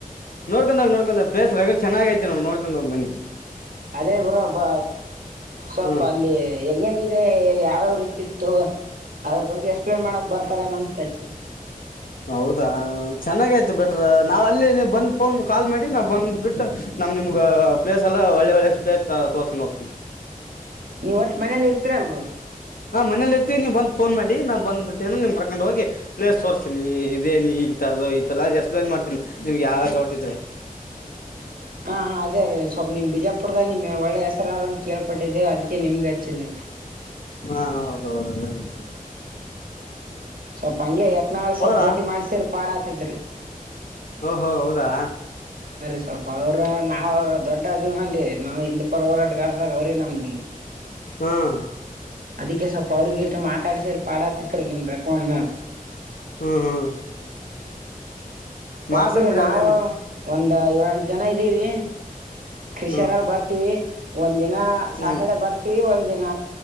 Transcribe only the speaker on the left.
ನೋಡ್ಕೊಂಡೋಗಿ ನೋಡ್ಕೊಂಡ ಪ್ಲೇಸ್ ರ ಚೆನ್ನಾಗ ಐತಿ ನೋಡ ನೋಡ್ಕೊಂಡೋಗ್ ಬನ್ನಿ
ಹ್ಮ್
ಹೌದಾ ಚೆನ್ನಾಗಯ್ತು ಬೆಟ್ರ ನಾವ್ ಅಲ್ಲಿ ನೀ ಬಂದ ಫೋನ್ ಕಾಲ್ ಮಾಡಿ ನಾವ್ ಬಂದ್ ಬಿಟ್ಟು ನಮ್ ನಿಮ್ಗ ಪ್ಲೇಸ್ ಎಲ್ಲ ಒಳ್ಳ ಒಳ್ಳೆ ಪ್ಲೇಸ್ ತೋರ್ಸ್ಕೊಂಡ್ ಹೋಗ್ತೀನಿ
ಹಾ ಮನೇಲಿ ಇರ್ತತಿ ನೀವು ಬ್ ನ್ ಮಾಡ ನಾ ಬ್ಬಿಟ್ಟೇಏ ನಿಮ್ ಕಕೊಂಡ ಹೋಗಿ ಪ್ಲೇ ತೋರಿಸತಿ ನೀ ಇದೇ ನೀ ಈ ತರದ ಈ ತರದ ಎಕ್ಸ್ಪ್ಲೇನ್ ಮಾಡ್ತೀನಿ ನಿಮ್ಗೆ ಯಾವ್ದ ತೋಡ್ತಿದ್ರೆ
ಹಾ ಹೌದೌದು ಅದೇನೆ
ಹೌದಾ
ಓ ಹೊೋ ಹೌದಾ
ಹ್ಮ್
ಹ್ಮ್ ಹ್ಮ್
ಮಾಡ್ಸನ್ ಬಿಡಿ
ಅದೇನ್
ಹ್ಮ್
ಹ್ಮ್